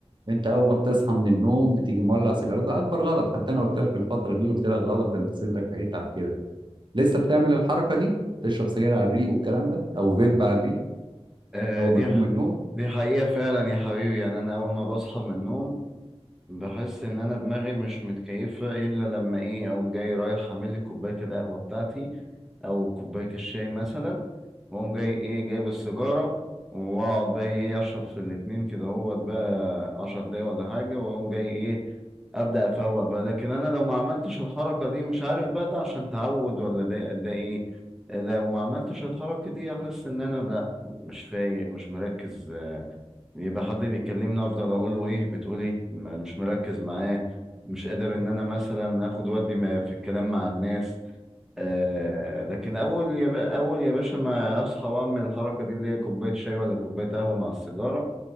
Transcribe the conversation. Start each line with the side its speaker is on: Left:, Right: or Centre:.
Right: انت اول ما بتصحى من النوم بتيجي مولع سيجاره ده اكبر غلط حتى انا قلت لك في الفتره دي قلت لك غلط ده انت صدرك هيتعب كده لسه بتعمل الحركه دي تشرب سجاير على الريق والكلام ده او فيب على الريق
Centre: آه،
Right: اول
Centre: دي
Right: ما تقوم من النوم
Centre: دي حقيقة فعلا يا حبيبي يعني أنا أول ما بصحى من النوم بحس ان انا دماغي مش متكيفه الا لما ايه اقوم جاي رايح اعمل لي كوبايه القهوه بتاعتي او كوبايه الشاي مثلا واقوم جاي ايه جايب السيجاره واقعد بقى ايه اشرب في الاتنين كده هو بقى عشر دقايق ولا حاجه واقوم جاي ايه ابدا افوق بقى لكن انا لو ما عملتش الحركه دي مش عارف بقى ده عشان تعود ولا ده ده ايه لو ما عملتش الحركه دي احس ان انا لا مش فايق مش مركز يبقى حد بيكلمني افضل اقول له ايه بتقول ايه ما- مش مركز معاه مش قادر ان انا مثلا اخد ودي ما في الكلام مع الناس آه لكن اول يا بقى اول يا باشا ما اصحى واعمل الحركه دي اللي هي كوبايه شاي ولا كوبايه قهوه مع السيجاره